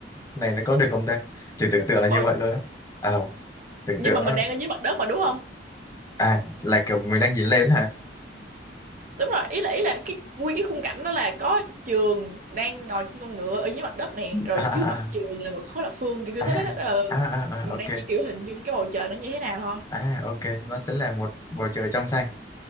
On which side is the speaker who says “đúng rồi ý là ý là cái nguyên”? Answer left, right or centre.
Right